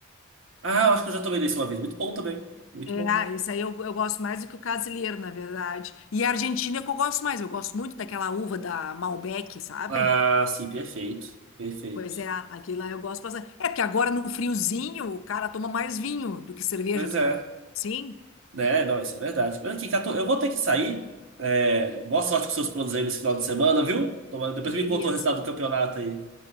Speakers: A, on the right (about 80°); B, on the left (about 90°).
A: Ah, eu acho que eu já tomei desse uma vez. Muito bom também. Muito
B: É,
A: bom.
B: ah, esse aí eu, eu gosto mais do que o Casilheiro, na verdade. E a Argentina é que eu gosto mais. Eu gosto muito daquela uva da Malbec, sabe?
A: Ah, sim, perfeito. Perfeito.
B: Pois é, aquilo lá eu gosto bastante. É porque agora no friozinho o cara toma mais vinho do que cerveja,
A: Pois
B: tu
A: é.
B: não? Sim?
A: É, não, isso é verdade. Mas aqui, Cato, eu vou ter que sair. É, boa sorte com seus planos aí nesse final de semana, viu? Toma- Depois
B: Beleza.
A: me conta o resultado do campeonato aí.